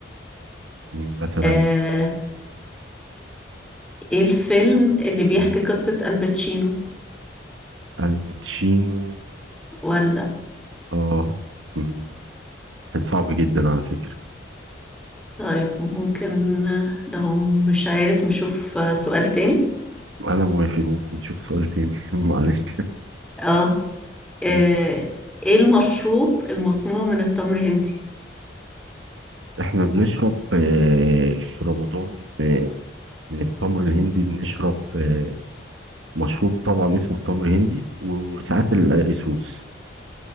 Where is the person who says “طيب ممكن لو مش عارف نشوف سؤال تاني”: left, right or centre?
Centre